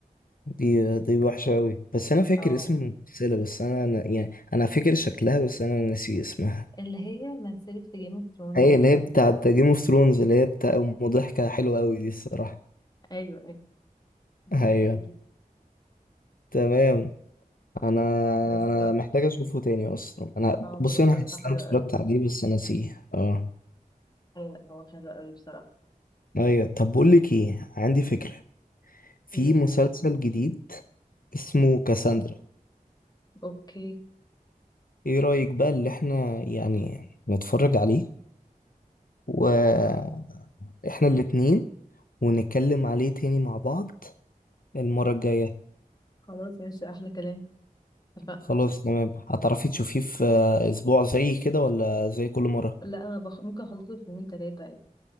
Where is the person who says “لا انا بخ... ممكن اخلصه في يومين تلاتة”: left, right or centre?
Left